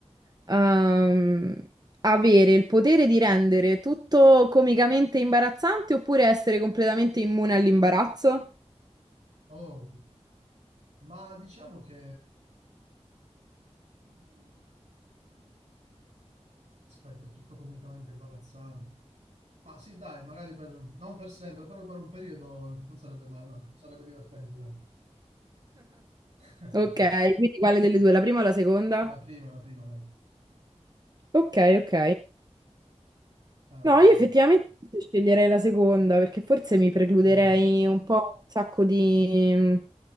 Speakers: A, on the right (about 35°); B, on the right (about 85°).
A: ehm, avere il potere di rendere tutto comicamente imbarazzante oppure essere completamente immune all'imbarazzo?
B: Oh, ma diciamo che... mm, Aspetta, è tutto comicamente imbarazzante. Ma sì, dai, magari per, non per sempre, però per un periodo non sarebbe male, ma sarebbe divertente, dai. <laughs>
A: Ok, quindi quale delle due? La prima o la seconda?
B: La prima, la prima, dai.
A: Ok, ok.
B: Ah,
A: No, io effettivamente forse sceglierei la seconda perché forse mi precluderei
B: mm,
A: un po' un sacco di,